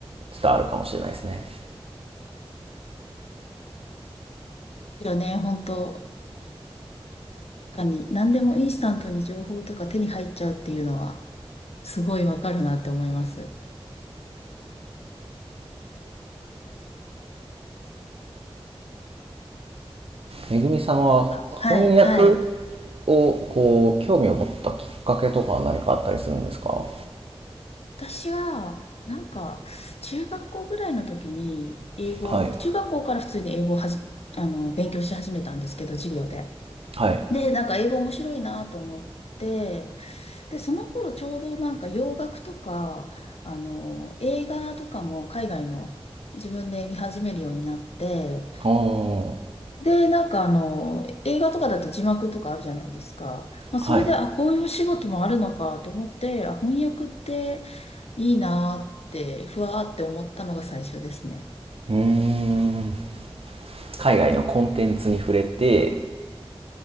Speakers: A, on the right; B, on the left.
A: ちょっとあるかもしれないですね。
B: ですよね、本当、確かに何でもインスタントに情報とか手に入っちゃうっていうのは。すごいわかるなって思います。
A: めぐみさんは翻訳
B: あはい、はい。
A: をこう、興味を持ったきっかけとかは何かあったりするんですか
B: 私は、なんか、中学校ぐらいの時に、英語、
A: はい。
B: 中学校から普通に英語をはじ、あの、勉強し始めたんですけど、授業で。
A: はい。
B: で、なんか英語面白いなと思って、で、その頃ちょうどなんか洋楽とか、あの、映画とかも海外の自分で見始めるようになって、
A: おー。
B: で、なんかあの、映画とかだと字幕とかあるじゃないですか。まあ、
A: はい。
B: それで、あ、こういうお仕事もあるのかと思って、あ、翻訳っていいなーって、ふわーって思ったのが最初ですね。
A: うーん。海外のコンテンツに触れて、